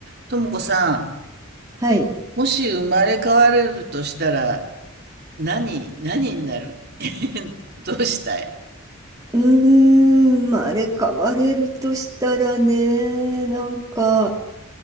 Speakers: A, on the right; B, on the right.
A: ともこさ
B: はい。
A: ん、もし生まれ変われるとしたら、何、何になる <laughs> どうしたい
B: うーん、まあ、あれ変われるとしたらね、なんか、